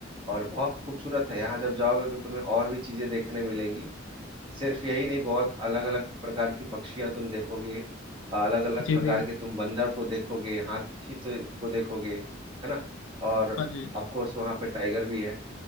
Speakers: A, on the right; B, on the left.
A: और बहुत खूबसूरत है यहाँ जब जाओगे तो तुम्हें और भी चीजें देखने मिलेंगी सिर्फ यही नहीं बहुत अलग अलग प्रकार की पक्षियां तुम देखोगे अलग अलग
B: जी
A: प्रकार
B: भैया
A: के तुम बंदर को देखोगे हाथी से को देखोगे है ना और
B: हाँ जी
A: ऑफ कोर्स वहाँ पे टाइगर भी है